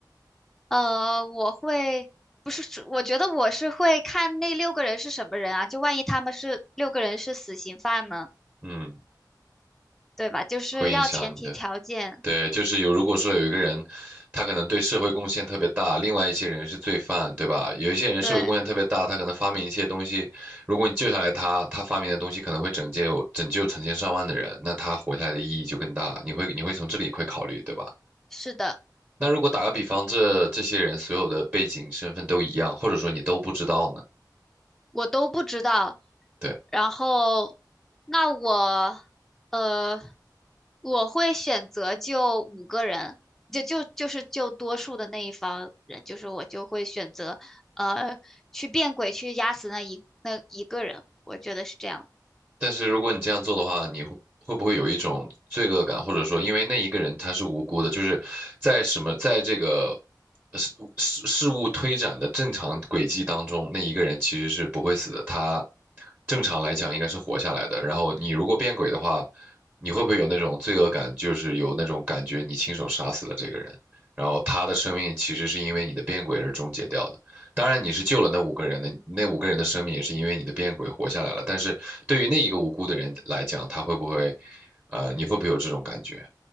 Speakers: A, in the centre; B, on the right (about 25°).
A: 呃，我会，不是是我觉得我是会看那六个人是什么人啊，就万一他们是六个人是死刑犯呢，
B: 嗯，
A: 对吧？就是要前提条件，
B: 会影响你的。对，就是有，如果说有一个人，他可能对社会贡献特别大，另外一些人是罪犯，对吧？有一些人社会贡献特别大，
A: 对，
B: 他可能发明一些东西，如果你救下来他，他发明的东西可能会拯救拯救成千上万的人，那他活下来的意义就更大。你会你会从这里会考虑，对吧？
A: 是的。
B: 那如果打个比方，这这些人所有的背景身份都一样，或者说你都不知道呢？
A: 我都不知道。
B: 对。
A: 然后，那我呃，我会选择就五个人，就就就是就多数的那一方人，就是我就会选择呃去变鬼去压死那一那一个人，我觉得是这样。
B: 但是如果你这样做的话，你会会不会有一种罪恶感，或者说因为那一个人他是无辜的，就是在什么在这个事事事物推展的正常轨迹当中，那一个人其实是不会死的，他正常来讲应该是活下来的。然后你如果变轨的话，你会不会有那种罪恶感，就是有那种感觉你亲手杀死了这个人，然后他的生命其实是因为你的变轨而终结掉的？当然你是救了那五个人的，那五个人的生命也是因为你的变鬼活下来了。但是对于那一个无辜的人来讲，他会不会，呃，你会不会有这种感觉？